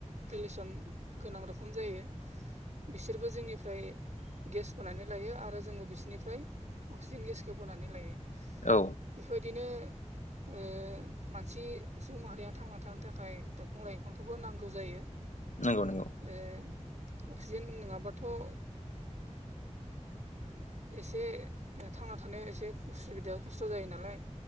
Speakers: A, on the right; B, on the left.
A: रिलेसन गोनां रोखोम जायो बिसोरबो जोंनिफ्राय गेस बोनानै लायो आरो जोंबो बिसोरनिफ्राय अक्सिजेन गेसखौ बोनानै लायो।
B: औ।
A: बेफोरदिनो ओ मानसि सुबुं माहारिया थांना। थानो थाखाय दंफां लाइफांखौबो नांगौ जायो।
B: नंगौ नंगौ।
A: ओ अक्सिजेन नोङाबाथ' ओ। एसे थांना थानायाव एसे उसुबिदा खस्थ' जायो नालाय।